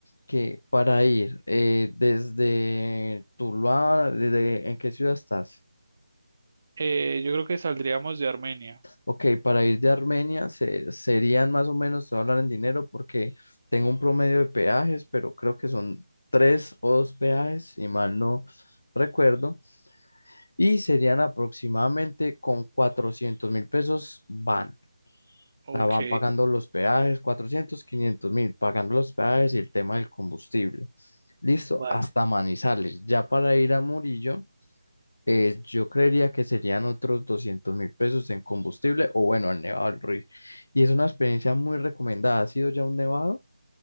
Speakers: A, on the left; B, on the right.
A: que para ir eh, desde Tuluá, desde, ¿en qué ciudad estás?
B: Eh, yo creo que saldríamos de Armenia.
A: Ok, para ir de Armenia se- serían más o menos, te voy a hablar en dinero porque tengo un promedio de peajes, pero creo que son tres o dos peajes, si mal no recuerdo, y serían aproximadamente con cuatrocientos mil pesos van.
B: Ok,
A: sea, van pagando los peajes, 400 500 mil, pagando los peajes y el tema del combustible. Listo,
B: vale.
A: hasta Manizales. Ya para ir a Murillo, eh, yo creería que serían otros doscientos mil pesos en combustible o bueno, al Nevado del Ruiz. Y es una experiencia muy recomendada. ¿Ha sido ya un nevado?